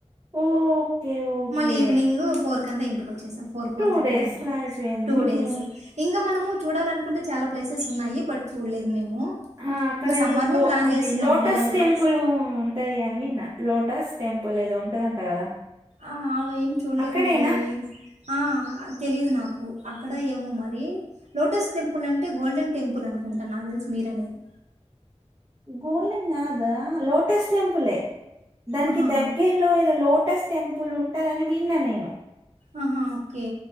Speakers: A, on the right; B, on the right.
A: ఓకే ఓకే
B: మళ్ళీ ఈవినింగ్ ఫోర్ కంత ఇంటికి వచ్చేసాం four four
A: two
B: three
A: days
B: ఇదంతా
A: లో అయిపోయింది
B: టూ
A: మీకు
B: డేస్ ఇంగ మనము చూడాలనుకుంటే చాల ప్లేసెస్ ఉన్నాయి బట్ చూడలేదు మేము
A: హా అక్కడ
B: ఇంకా సమ్మర్లో
A: ఏదో గో
B: ప్లాన్
A: అది
B: చేస్తున్నాం
A: లోటస్
B: పిల్లలతో
A: టెంపుల్ ఉంటంది అని విన్న లోటస్ టెం పుల్ ఏదో ఉంటదంట కదా
B: ఆ అవ్ అలా ఏం చూడలేదండి
A: అక్కడేనా
B: ఆ తెలీదు నాక్ అక్కడ ఏమో మరి లోటస్ టెంపుల్ అంటే, గోల్డెన్ టెంపుల్ అనుకుంటా నాకు తెలిసి మీరు అనేది
A: గోల్డెన్ గాద లోటస్ టెంపులే దానికి
B: ఆహా
A: దగ్గర్లో ఏదో లోటస్ టెంపుల్ ఉంటదని విన్నా నేను
B: ఆహా ఓకే